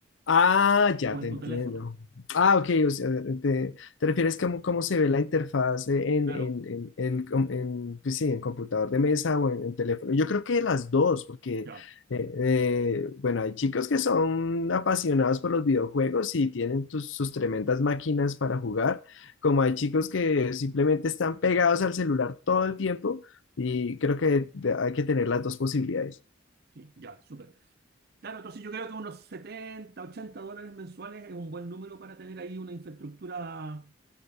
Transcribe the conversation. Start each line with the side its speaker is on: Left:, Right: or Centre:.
Left: Ah, ya
Right: o en
Left: te
Right: tu
Left: entiendo.
Right: teléfono.
Left: Ah, ok, o sea, te, te refieres cómo cómo se ve la interfaz eh, en,
Right: Claro,
Left: en, en, en, com- en, pues sí, en computador de mesa o en, en teléfono. Yo creo que las dos, porque,
Right: ya,
Left: eh, eh, bueno, hay chicos que son apasionados por los videojuegos y tienen tus- sus tremendas máquinas para jugar, como hay chicos que simplemente están pegados al celular todo el tiempo y creo que de- hay que tener las dos posibilidades.
Right: sí, ya, súper. Claro, entonces yo creo que unos 70 80 dólares mensuales es un buen número para tener ahí una infraestructura